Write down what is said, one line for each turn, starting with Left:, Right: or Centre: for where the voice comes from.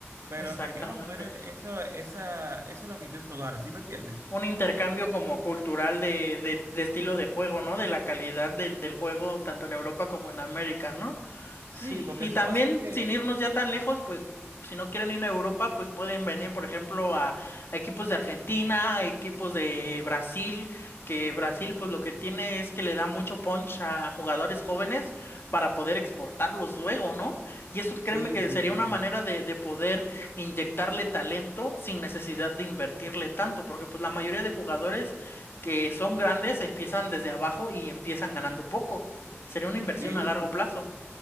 Right: pero
Left: Exactamente.
Right: sería más o menos eso, esa, eso es lo que intento dar, ¿sí me entiendes?
Left: un intercambio como cultural de, de, de estilo de juego, ¿no? De la calidad del, del juego tanto en Europa como en América, ¿no?
Right: Sí,
Left: Sí,
Right: porque
Left: y
Right: eso
Left: también
Right: va a ser que...
Left: sin irnos ya tan lejos, pues si no quieren ir a Europa, pues pueden venir, por ejemplo, a, a equipos de Argentina, a equipos de Brasil, que Brasil pues lo que tiene es que le da mucho punch a jugadores jóvenes para poder exportarlos luego, ¿no? Y eso créeme
Right: Sí,
Left: que
Right: sí,
Left: sería
Right: sí.
Left: una manera de, de poder inyectarle talento sin necesidad de invertirle tanto, porque pues la mayoría de jugadores que son grandes empiezan desde abajo y empiezan ganando poco. Sería una inversión
Right: Sí,
Left: a largo
Right: sí.
Left: plazo.